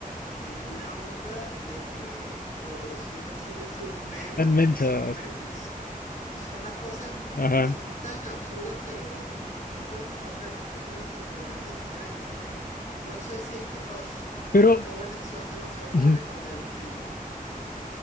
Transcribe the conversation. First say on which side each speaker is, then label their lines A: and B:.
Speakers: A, on the left; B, on the left.
A: en una onda de que, por decirlo así, sus memos,
B: tan mensos.
A: sus memes son las cosas,
B: Ajá.
A: son tan absurdas que de verdad no, no puedo comprender, no puedo comprender ni siquiera de qué se ríen. No sé si es que los
B: Pero,
A: jóvenes son demasiado jóvenes
B: ujú,
A: o ya yo estoy viejo.